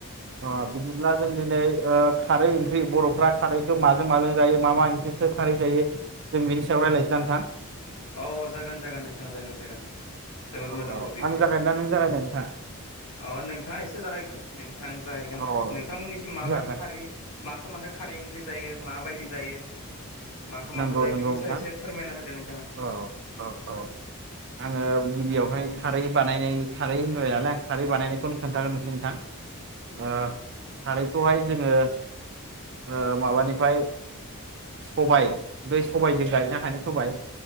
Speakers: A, on the right (about 50°); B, on the left (about 80°).
A: अ बिदिब्ला जों दिनै ओ खारै ओंख्रि बर'फ्रा खारैखौ माजों माजों जायो मा मा ओंख्रिखौ खारै जायो जों बिनि सायाव रायज्लायसनानै थां
B: अ जागोन जागोन नोंथाङा जागोन जागोन जोबोर
A: औ
B: मोजां
A: औ
B: टपिक
A: आं
B: दे
A: जागायना नों जागायनो नोंथाङा
B: अ नोंथाङा एसे जागायग्रो बेनिफ्राय आं जागायगोन
A: औ
B: नोंथांमोननिसिम माबायदि
A: जागोन
B: खारै मा खो माखो खारै ओंख्रि जायो माबायदि जायो। माखो
A: नंगौ
B: माखो जायो
A: नंगौ
B: बिनि
A: नोंथां
B: सायाव एसे फोरमायना होदो नों थाङा
A: औ औ औ आङो गिबियावहाय खारै बानायनाय खारै होनबाय नालाय आं खारै बानायनायखौनो खोन्थाग्रोनोंसै नोंथां आ खारैखौहाय जोङो आ माबानिफ्राय सबायाइ दै सबायजों गायनो हानाय सबायाइ